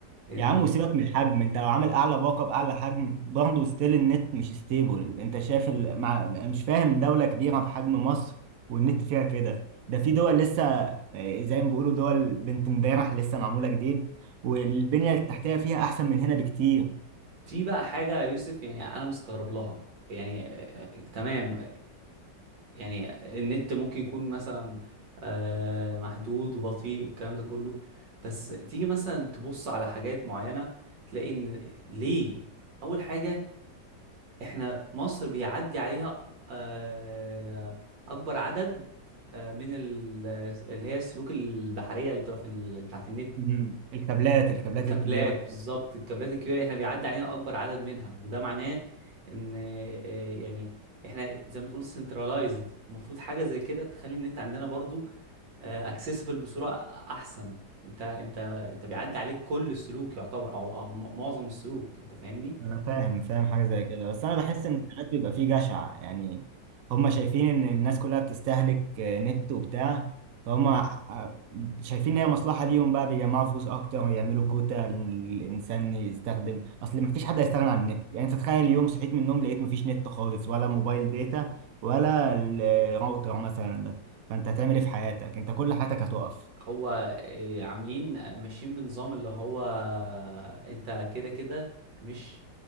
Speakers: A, on the right; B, on the right.
A: يعني
B: يا عم
A: هو
B: وسيبك من الحجم انت لو عامل اعلى باقه باعلى حجم برضه ستيل النت مش ستيبل انت شايف ال... مع... مش فاهم دوله كبيره بحجم مصر والنت فيها كده ده في دول لسه اه، زي ما بيقولوا دول بنت امبارح لسه معموله جديد والبنيه التحتيه فيها احسن من هنا بكتير
A: في بقى حاجة يا يوسف يعني أنا مستغرب لها يعني آه، تمام يعني النت ممكن يكون مثلا آه، محدود وبطيء والكلام ده كله بس تيجي مثلا تبص على حاجات معينة تلاقي إن ليه أول حاجة إحنا مصر بيعدي عليها آه، أكبر عدد آه، من ال- اللي هي السلوك البحرية اللي بتبقى في ال- بتاعت النت
B: مم. الكابلات الكابلات
A: الكابلات
B: الكبيره
A: بالظبط الكابلات الكبيره احنا بيعدي علينا اكبر عدد منها وده معناه ان آه، يعني احنا زي ما تقول سنترلايزد المفروض حاجه زي كده تخلي النت عندنا برضو اكسسبل بصوره احسن انت انت انت بيعدي عليك كل السلوك يعتبر او أو م- معظم السلوك انت فاهمني
B: انا فاهم فاهم حاجه زي كده بس انا بحس ان ساعات بيبقى فيه جشع يعني هم شايفين ان الناس كلها بتستهلك آه، نت وبتاع فهم آه، شايفين ان هي مصلحه ليهم بقى بيجمعوا فلوس اكتر ويعملوا كوتا الانسان يستخدم اصل مفيش حد هيستغنى عن النت يعني انت تخيل اليوم صحيت من النوم لقيت مفيش نت خالص ولا موبايل داتا ولا الراوتر مثلا ده فانت هتعمل ايه في حياتك انت كل حياتك هتقف
A: هو آه، عاملين آه، ماشيين بنظام اللي هو آه، انت كده كده مش